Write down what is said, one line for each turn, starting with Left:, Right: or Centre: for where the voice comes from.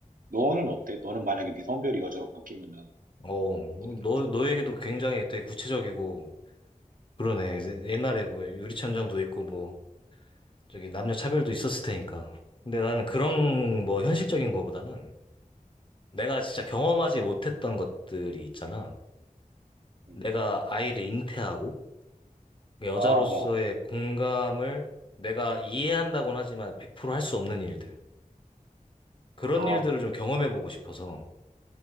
Right: 너는 어때? 너는 만약에 미성별이 여자로 바뀌면은
Left: 어, 음,
Right: 어떻게
Left: 너,
Right: 하고 싶어?
Left: 너 얘기도 굉장히 되게 구체적이고, 그러네. 옛날에 뭐 유리천장도 있고, 뭐, 저기 남녀 차별도 있었을 테니까. 근데 나는 그런 뭐 현실적인 거보다는 내가 진짜 경험하지 못했던 것들이 있잖아.
Right: 음.
Left: 내가 아이를 잉태하고, 여자로서의
Right: 아, 어.
Left: 공감을 내가 이해한다곤 하지만 100%할 수 없는 일들. 그런
Right: 아,
Left: 일들을 좀 경험해보고 싶어서.